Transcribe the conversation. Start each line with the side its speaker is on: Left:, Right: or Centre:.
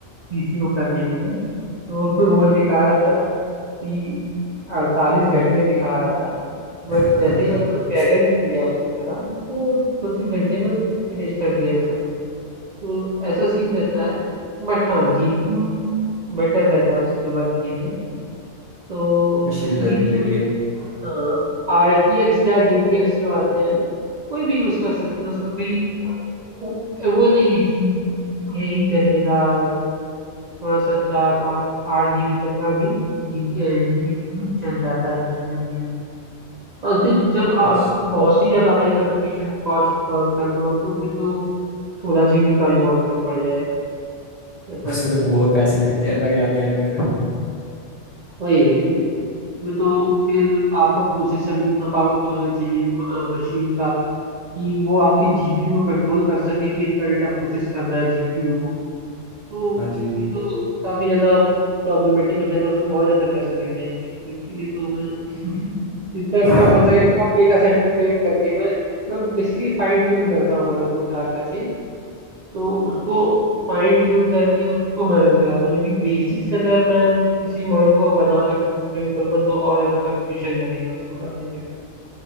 Right: पीसी को करने के लिए तो <laughs> वो दिखा रहा था ती अड़तालीस घंटे दिखा रहा था बट
Left: <laughs>
Right: जैसे ही मैंने उसको कैगल पे दिया अपलोड करा तो दो तीन घंटे में फिनिश कर दिया उसने तो ऐसा सीन रहता है बट हाँ जीपीयू बेटर रहता है उसके वर्क के लिए तो
Left: मशीन
Right: जीपीयू
Left: लर्निंग के लिए
Right: वाले की हाँ आरटीएक्स या जीटीएक्स जो आते हैं कोई भी यूज कर सकते हैं उसमें कोई वो वो नहीं है कि यही चलेगा थोड़ा सा चार पाँच आठ जीबी तक का भी जी जीपीयू चल जाता है मशीन लर्निंग में और फिर जब आपको
Left: एक्स
Right: बहुत ही ज्यादा हाई कंप्यूटेशन कॉस्ट काम करना हो तो फिर तो सोलह जीबी का भी बहुत कम पड़ जाएगा ऐसा
Left: उसमें
Right: रहता
Left: तो
Right: है
Left: बहुत पैसे लगते हैं लग जाते हैं फिर
Right: वही वही वही मैं तो फिर आपका प्रोसेसर भी उतना पावरफुल होना चाहिए मशीन का कि वो आपकी जीपीयू को कंट्रोल कर सके कि इतना डेटा प्रोसेस करना है जीपीयू को तो
Left: हाँ जी
Right: ये तो काफी ज्यादा प्रॉब्लमेटिक हो जाएगा उसमें बहुत ज्यादा पैसे लग जाएंगे तो इसीलिए तो मैं <laughs> जितना
Left: हाँ
Right: कम हो सके कम डेटा सेट पे ट्रेन करके मैं मैं बेसिकली फाइन ट्यून करता हूँ मॉडल को उठा करके तो उसको फाइन ट्यून करके उसको मैं रख रहा था क्योंकि बेसिक्स अगर मैं किसी मॉडल को बना करके कुछ ट्रेन करूंगा तो और ज्यादा कंपटीशन लगेगा उसको बनने के लिए